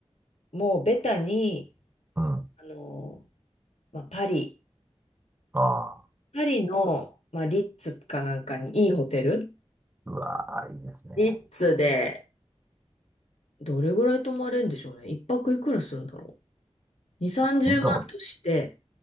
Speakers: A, on the left (about 80°); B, on the right (about 15°).
A: もうベタに、
B: うん。
A: あの、まあ、パリ、
B: ああ、
A: パリの、まあ、リッツかなんかにいいホテル、
B: うわあ、いいですね。
A: リッツで、どれぐらい泊まれるんでしょうね。一泊いくらするんだろう。2、30万として、
B: 本当も、